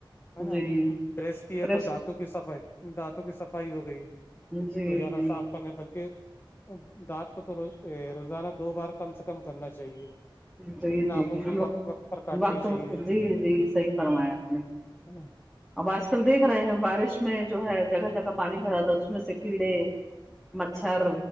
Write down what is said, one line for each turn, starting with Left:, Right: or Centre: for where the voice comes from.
Left: ہے نا
Centre: جی
Left: بریس کی
Centre: برش
Left: ہے تو دانت دانتوں کی صفائی دانتوں کی صفائی ہو گئی
Centre: جی
Left: تو جانا
Centre: جی
Left: صاف کرنے بلکہ دانت کو تو رو روزانہ دو بار کم سے کم کرنا چاہیے
Centre: جی
Left: ناخن
Centre: جی
Left: بھی وقت وقت پر کاٹنے
Centre: وقت
Left: چاہیے
Centre: وقت جی جی صحیح فرمایا آپ نے
Left: ہ
Centre: اب آج کل دیکھ رہے ہیں بارش میں جو ہے جگہ جگہ پانی بھراتا ہے اس میں سے کیڑے مچھر